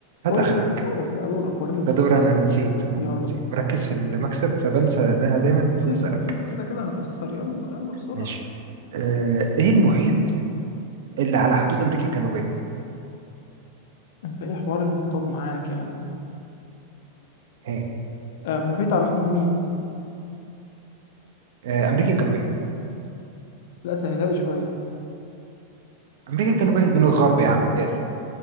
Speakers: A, on the right (about 55°); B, on the left (about 55°).
A: هات
B: قول
A: اخرك
B: لي بقى انت دورك بقى دورك وريني
A: ده دور انا نسيت اه
B: يلا
A: أنا نسيت
B: بينا
A: مركز في المكسب فبنسى ان انا دايما المفروض
B: حلو
A: اسالك
B: حلو كده كده هتخسر يلا يلا بسرعة
A: ماشي آه ايه المحيط اللي على حدود امريكا الجنوبيه
B: انت ايه حوار المحيطات معاك يا عم
A: هي
B: آه محيط على حدود مين؟
A: آه امريكا الجنوبيه
B: لا سهلها لي شوية
A: امريكا الجنوبيه من الغرب يا عم يلا